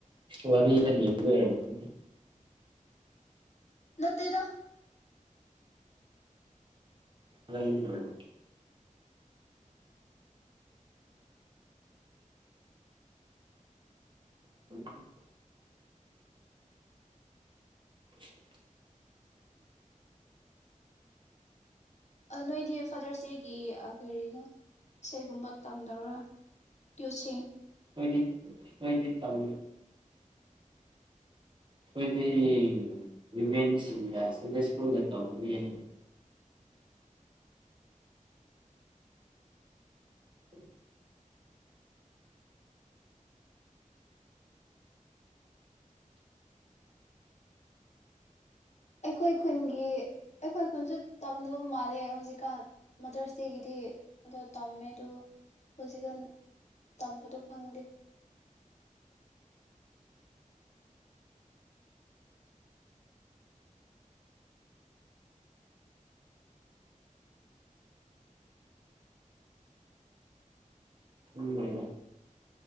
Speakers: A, on the right (about 35°); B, on the left (about 55°).
A: ꯋꯥꯔꯤꯗ <unintelligible>
B: ꯅꯠꯇꯦꯗ
A: <unintelligible> <inaudible> <unintelligible>
B: ꯑꯥ ꯅꯣꯏꯗꯤ ꯐꯥꯗꯔꯁ ꯗꯦꯒꯤ ꯑꯥ ꯀꯔꯤꯅꯣ ꯏꯁꯩꯒꯨꯝꯕ ꯇꯝꯗꯕ꯭ꯔꯥ <unintelligible>
A: ꯅꯣꯏꯗꯤ ꯅꯣꯏꯗꯤ ꯇꯝ ꯑꯩꯈꯣꯏꯗꯤ ꯋꯤꯃꯦꯟꯁꯤꯡꯒ ꯁ꯭ꯀꯨꯜꯗ ꯇꯧꯕꯅꯤ <unintelligible>
B: ꯑꯩꯈꯣꯏ ꯈꯨꯟꯒꯤ ꯑꯩꯈꯣꯏ ꯈꯨꯟꯁꯨ ꯇꯝꯗꯕ ꯃꯥꯜꯂꯦ ꯍꯧꯖꯤꯛꯀꯥꯟ ꯃꯥꯗꯔꯁ ꯗꯦꯒꯤꯗꯤ ꯑꯗꯣ ꯇꯝꯃꯦ ꯑꯗꯨ ꯍꯧꯖꯤꯛꯀꯥꯟ ꯇꯝꯕꯗꯣ ꯐꯪꯗꯦ
A: ꯈꯪꯗꯦꯅꯦ